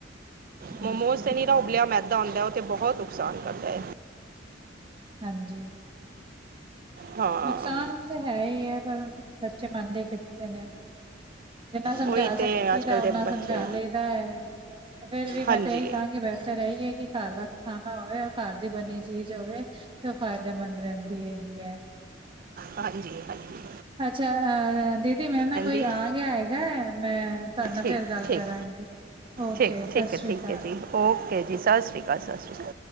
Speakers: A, on the right (about 30°); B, on the right (about 50°).
A: ਹਾਂਜੀ
B: ਮੋਮੋਸ ਤੇ ਨੀਰਾਹ ਉਬਲਿਆ ਮੈਦਾ ਹੁੰਦਾ, ਉਹ ਤੇ ਬਹੁਤ ਨੁਕਸਾਨ ਕਰਦਾ ਹੈ।
A: ਹਾਂਜੀ।
B: ਹਾਂ
A: ਨੁਕਸਾਨ ਤੇ ਹੈ ਈ ਐ ਪਰ ਬੱਚੇ ਮੰਨਦੇ ਕਿੱਥੇ ਨੇ। ਜਿੰਨਾ ਸਮਝਾ
B: ਉਹੀ ਤੇ
A: ਸਕੀ
B: ਅੱਜ
A: ਦਾ
B: ਕੱਲ ਦੇ
A: ਓਨਾ ਸਮਝਾ
B: ਬੱਚੇ
A: ਲਈਦਾ ਐ। ਫੇਰ ਵੀ
B: ਹਾਂਜੀ
A: ਮੈਂ ਤੇ ਐਈ ਕਹਾਂਗੀ ਬੈਤਰ ਏਹੀ ਹੈ ਕਿ ਘਰ ਦਾ ਖਾਣਾ ਹੋਵੇ ਘਰ ਦੀ ਬਣੀ ਚੀਜ਼ ਹੋਵੇ, ਤੇ ਉਹ ਫਾਇਦੇਮੰਦ ਰਹਿੰਦੀ ਹੈਗੀ ਹੈ।
B: ਹਾਂਜੀ-ਹਾਂਜੀ
A: ਅੱਛਾ ਅਹ ਦੀਦੀ, ਮੈਂ ਨਾ ਕੋਈ
B: ਜੀ
A: ਆ ਗਿਆ ਹੈਗਾ ਮੈਂ ਤੁਹਾਡੇ ਨਾਲ
B: ਠੀਕ
A: ਫੇਰ ਗੱਲ
B: ਠੀਕ
A: ਕਰਾਂਗੀ। ਓਕੇ,
B: ਠੀਕ
A: ਸਤਿ
B: ਠੀਕ ਹੈ
A: ਸ੍ਰੀ
B: ਠੀਕ
A: ਆਕਾਲ।
B: ਹੈ ਜੀ ਓਕੇ ਜੀ, ਸਤਿ ਸ਼੍ਰੀ ਅਕਾਲ ਸਤਿ ਸ਼੍ਰੀ ਅਕਾਲ।